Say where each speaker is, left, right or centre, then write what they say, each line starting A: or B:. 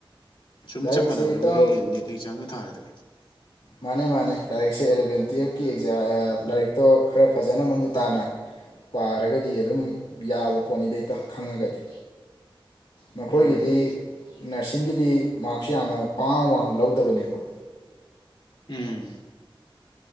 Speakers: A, on the left; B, on the left.
A: ꯁꯨꯝ
B: ꯂꯥꯏꯔꯤꯛꯁꯦ
A: ꯆꯞ ꯃꯥꯟꯅꯕ꯭ꯔꯥ
B: ꯏꯇꯥꯎ
A: ꯃꯣꯏꯒꯤ ꯅꯦꯠ ꯑꯦꯛꯖꯥꯝꯒ ꯊꯥꯔꯤꯗꯣ
B: ꯃꯥꯅꯦ ꯃꯥꯅꯦ ꯂꯥꯏꯔꯤꯛꯁꯦ ꯑꯦꯂꯕꯦꯟ ꯇꯨꯌꯦꯜꯞꯀꯤ ꯑꯦꯛꯖꯥꯝ ꯂꯥꯏꯔꯤꯛꯇꯣ ꯈꯔ ꯐꯖꯅ ꯃꯃꯨꯠ ꯇꯥꯅ ꯄꯥꯔꯒꯗꯤ ꯑꯗꯨꯝ ꯌꯥꯕ ꯄꯣꯠꯅꯤꯗ ꯈꯪꯉꯒꯗꯤ ꯃꯈꯣꯏꯒꯤꯗꯤ
A: ꯎꯝ
B: ꯅꯔꯁꯤꯡꯒꯤꯗꯤ ꯃꯥꯔꯛꯁꯨ ꯌꯥꯝꯅ ꯄꯉꯥꯡ ꯋꯥꯡꯅ ꯂꯧꯗꯕꯅꯦꯕ
A: ꯎꯝ